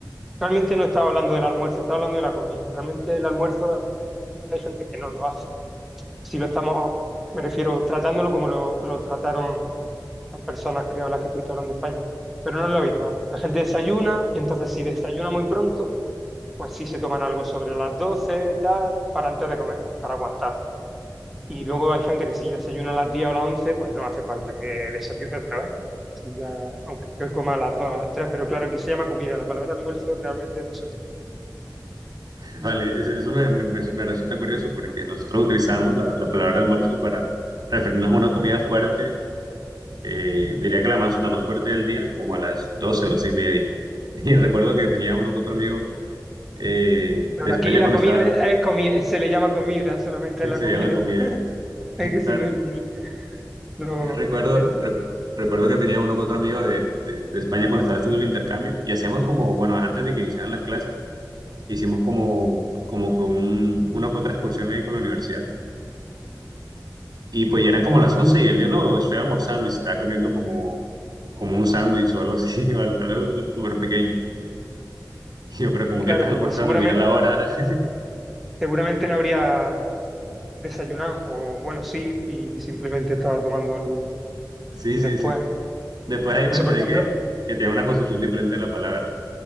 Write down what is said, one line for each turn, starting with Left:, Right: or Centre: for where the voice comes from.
Centre: realmente no estaba hablando del almuerzo, estaba hablando de la comida. Realmente el almuerzo hay gente que no lo hace. Si lo estamos, me refiero, tratándolo como lo, lo trataron las personas que, a las que estuviste hablando en España, pero no es lo habitual. La gente desayuna y entonces si desayuna muy pronto, pues sí se toman algo sobre las 12, tal, para antes de comer, para aguantar. Y luego hay gente que si desayuna a las 10 o a las 11, pues no hace falta que desayune otra vez. Si ya, aunque que coma a las 2, a las 3, pero claro, aquí se llama comida, la palabra almuerzo realmente no se utiliza.
Right: <laughs> Vale, es- eso me, me- me- me resulta curioso porque nosotros utilizamos la, la palabra almuerzo para referirnos a una comida fuerte, eh, diría que la más, la más fuerte del día, como a las 12, 12 y media. <laughs> Y recuerdo que tenía uno con otro amigo eh,
Centre: Pero
Right: de España
Centre: aquí la
Right: cuando
Centre: comida
Right: estaba,
Centre: es, es comi- se le llama comida, solamente
Right: <laughs>
Centre: es la
Right: se
Centre: comida.
Right: llama comida.
Centre: <laughs>
Right: <laughs>
Centre: Es que sí, no, no,
Right: Recuerdo,
Centre: eh,
Right: re- recuerdo que tenía uno con otro amigo de, de- de España cuando estaba haciendo el intercambio y hacíamos como, bueno, antes de que iniciaran las clases, hicimos como, como que un, una que otra excursión ahí con la universidad. Y pues ya eran como las 11 y él dijo, no, estoy almorzando y se estaba comiendo como, como un sándwich o algo así, <laughs> o algo algo súper pequeño. Y yo, pero como
Centre: claro,
Right: que estás
Centre: pero
Right: almorzando?
Centre: pues seguramente,
Right: Mira la hora. <laughs>
Centre: seguramente no habría desayunar, o bueno, sí, y simplemente estaba tomando algo
Right: Sí,
Centre: después.
Right: sí, sí. Después ahí me
Centre: Eso,
Right: enteré
Centre: por ejemplo,
Right: que, que tenía una concepción diferente de la palabra,